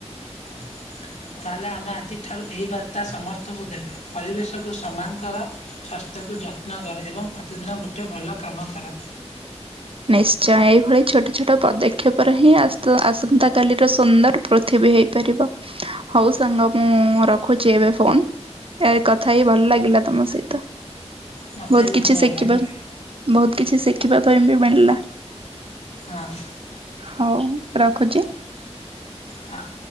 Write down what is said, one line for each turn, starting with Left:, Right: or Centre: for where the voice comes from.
Left: <inaudible> ତାହେଲେ ଆମେ ଆଜି ଠାରୁ ଏହିଇ ବାର୍ତା ସମସ୍ତଙ୍କୁ ଦେବା ପରିବେଶ କୁ ସମାନ କର ସଵାସ୍ଥ୍ୟକୁୁ ଯତ୍ନ କରେ ଏବଂ ପ୍ରତିଦିନ ଗୋଟେ ଭଲ କାମ କର।
Right: ନିଶ୍ଚୟ ଏଇଭଳି ଛୋଟ ଛୋଟ ପଦକ୍ଷେପରେ ହିଁ ଆସନ୍ତା କଲିର ସୁନ୍ଦର ପୃଥିବୀ ହେଇ ହଉ ସାଙ୍ଗ ମୁଁ ରଖୁଛି ଏବେ ଫୋନ। ଏ କଥା ହି ଭଲ ଲାଗିଲା ତମ ସହିତ।
Left: ମତେ
Right: ବହୁତ
Left: ବି
Right: କିଛି
Left: ଭଲ
Right: ଶିଖିବ
Left: ଲାଗେ
Right: ବହୁତ କିଛି ଶିଖିବା ପାଇଁ ବି ମିଳିଲା।
Left: ହଁ
Right: ହଉ ରଖୁଛି?
Left: ହଁ